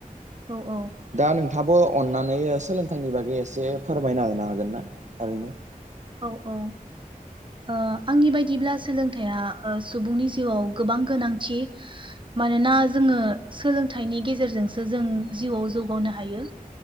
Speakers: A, on the right (about 35°); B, on the right (about 55°).
A: औ -औ।
B: दा नोंथाङाबो अननानै सोलोंथाइनि बागै एसे फोरमायना होनो हागोन ना थारैनो
A: औ औ ओ आंनि बायदिब्ला सोलोंथाइया सुबुंनि जिउआव गोबां गोनांथि मानोना जोङो सोलोंथाइनि गेजेरजोंसो जों जिउआव जौगानो हायो।